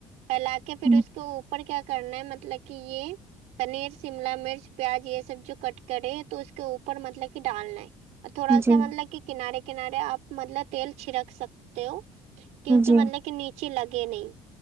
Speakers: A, on the right; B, on the right.
A: پھیلا کے فیر
B: ہوں
A: اس کو اوپر کیا کرنا ہے مطلب کی یے پنیر شملا مرچ پیاز یے سب جو کٹ کرے تو اس کے اوپر مطلب کی ڈالنا ہے تھوڑا
B: جی
A: سا مطلب کی کنارے کنارے آ مطلب تیل چھرک سکتے ہو کیونکی
B: جی
A: مطلب کی نیچے لگے نہیں